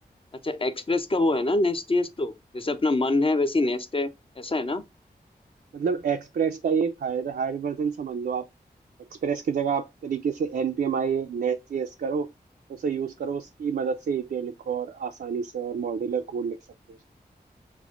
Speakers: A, on the left (about 30°); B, on the right (about 70°).
A: अच्छा एक्सप्रेस का वो है ना नेस्ट जेएस तो जैसे अपना मन है वैसी नेस्ट है ऐसा है ना
B: मतलब एक्सप्रेस का ये हायर हायर वर्जन समझ लो आप एक्सप्रेस की जगह आप तरीके से npmi नेस्ट जेएस करो उसे यूज करो उसकी मदद से एपीआई लिखो और आसानी से और मॉड्यूलर कोड लिख सकते हो